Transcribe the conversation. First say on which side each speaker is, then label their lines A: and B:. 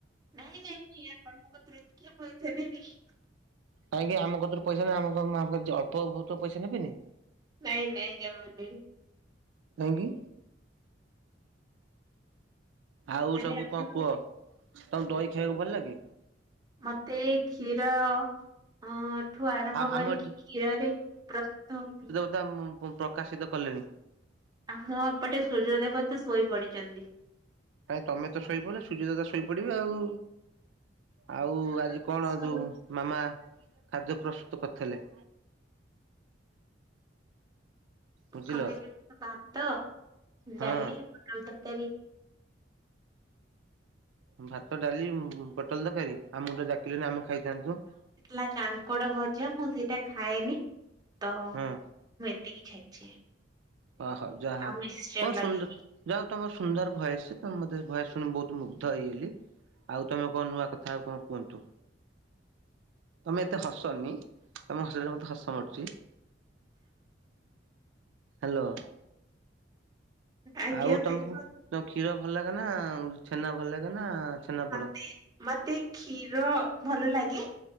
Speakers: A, on the right; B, on the right.
A: ନେହିଁ ନେହିଁ କିଆ କ ପତ୍ର ଦେଖି ପସଲେବୋଇଥିଲେ ବିସ <inaudible>
B: କାହିଁକି ଆମ କତିରୁ ପଇସା ନେବେ ନାଁ ଆମ ପାଖରୁ ଅଳ୍ପ ବହୁତ ପଇସା ନେବେନି
A: ନାହିଁ ନାହିଁ ଜମା ନୁହେଁ
B: କାହିଁକି? ଆଉ
A: ଆରେ
B: ସବୁ
A: ଆପଣ
B: କଣ କୁହ ତମକୁ ଦହି ଖାଇବାକୁ ଭଲ ଲାଗେ?
A: ମତେ କ୍ଷୀର ହଁ ଠୁ ଆରମ୍ଭ
B: ଆଉ ଆମ
A: କରିକି
B: ଏଠି
A: କ୍ଷୀରରେ ପ୍ରସ୍ତୁ ହଉଥିଲା
B: ଦମ ମୁଁ ପ୍ରକାଶିତ କଲେଣି!
A: ଆମ ଏପଟେ ସୂର୍ଯ୍ୟଦେବତା ଶୋଇ ପଡିଚନ୍ତି।
B: କାଇଁ ତମେ ତ ଶୋଇପଡିଲ ସୂଯ୍ୟଦେବତା ଶୋଇପଡିବେ ଆଉ ଆଉ
A: ମୁଁ
B: ଆଜି କଣ
A: ସବୁ
B: ଯୋଉ ମାମା ଖାଦ୍ୟ ପ୍ରସ୍ତୁତ କରିଥିଲେ? ବୁଝିଲ
A: କହିଲି ପରା ଭାତ,
B: ହଁ
A: ଡାଲି, ପୋଟଳ ତରକାରୀ।
B: ଭାତ ଡାଲି ପୋଟଳ ତରକାରୀ ଆମକୁ ତ ଡାକିଲନି ଆମେ ଖାଇଥାନ୍ତୁ।
A: ଲା କାଙ୍କଡ ଭଜା ମୁଁ ସେଇଟା ଖାଏନି ତ ମୁଁ
B: ହଁ।
A: ଏତିକି ଖାଇଛି।
B: ଓ ହଉ ଯାହା
A: ଆଉ
B: ହଉ
A: ମିକ୍ସଚର
B: ବହୁତ ସୁନ୍ଦ
A: ଲଗେଇକି।
B: ଯା ହଉ ତୁମର ସୁନ୍ଦର ଭୟସ ତମ ତ ଭୟସ ଶୁଣି ମୁଁ ବହୁତ ମୁଗ୍ଧ ହେଇଗଲି। ଆଉ ତମେ କଣ ନୂଆ କଥା ଆଉ କଣ କୁହନ୍ତୁ। ତମେ ଏତେ ହସନି ତମେ ହସିଲେ ମତେ ହସ ମାଡୁଚି। ହାଲୋ
A: ଆଜ୍ଞା
B: ଆଉ
A: ଭାଇ
B: ତମକୁ
A: କୁହନ୍ତୁ
B: କ୍ଷୀର ଭଲ ଲାଗେ ନା ଛେନା ଭଲ ଲାଗେ ନା ଛେନାପୋଡ
A: ମତେ ମତେ କ୍ଷୀର ଭଲ ଲାଗେ।